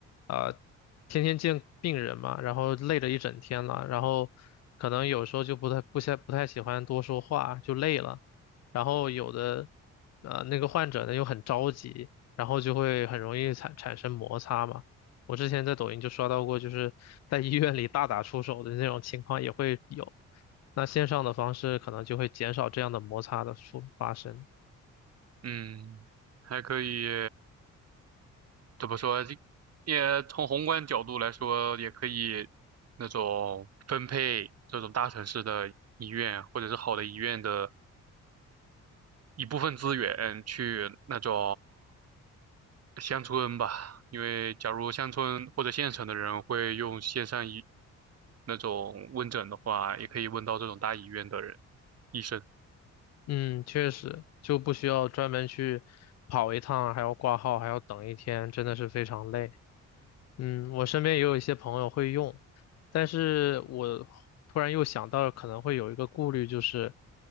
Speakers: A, on the left; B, on the right.
A: 啊、天天见病人嘛，然后累了一整天了，然后可能有时候就不太不太不太喜欢多说话，就累了，然后有的，呃，那个患者呢又很着急，然后就会很容易产产生摩擦嘛。我之前在抖音就刷到过，就是在医院里大打出手的那种情况也会有，那线上的方式可能就会减少这样的摩擦的出发生。
B: 嗯，还可以。怎么说，这也从宏观角度来说，也可以那种分配这种大城市的医院或者是好的医院的一部分资源去那种乡村吧，因为假如乡村或者县城的人会用线上医那种问诊的话，也可以问到这种大医院的人。医生。
A: 嗯，确实就不需要专门去跑一趟，还要挂号，还要等一天，真的是非常累。嗯，我身边也有一些朋友会用，但是我突然又想到，可能会有一个顾虑，就是，